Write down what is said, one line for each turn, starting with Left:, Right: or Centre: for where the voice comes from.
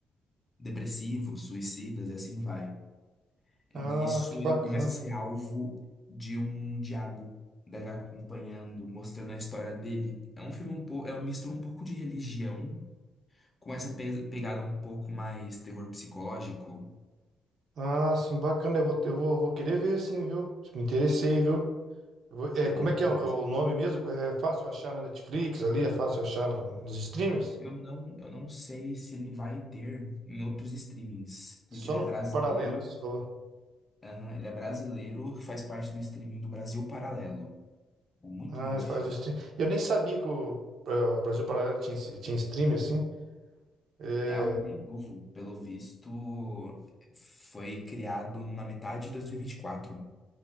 Left: depressivo, suicidas e assim vai.
Right: ah,
Left: Nisso,
Right: que bacana.
Left: ele começa a ser alvo de um diabo. Daí vai acompanhando, mostrando a história dele. É um filme um pouco, é um misto um pouco de religião com essa pe- pegada um pouco mais terror psicológico.
Right: Ah, sim, bacana. Eu vou, eu vou, vou querer ver, sim, viu? Me interessei, viu? Eu vou- é,
Left: É
Right: como
Left: muito
Right: é que é
Left: bom
Right: o,
Left: esse
Right: o
Left: filme.
Right: nome mesmo? É é fácil achar na Netflix ali, é fácil achar na- nos streamers?
Left: Eu não, eu não sei se ele vai ter em outros streamings, porque
Right: Só
Left: ele
Right: no
Left: é brasileiro.
Right: paralelo que você falou.
Left: Aham, ele é brasileiro, faz parte do streaming do Brasil Paralelo. Muito
Right: Ah,
Left: bom
Right: ele
Left: esse
Right: faz
Left: filme.
Right: o stream. Eu nem sabia que o eh, o Brasil Paralelo tinha, esse- tinha stream assim. É,
Left: É algo bem novo, pelo visto, foi criado na metade de 2024.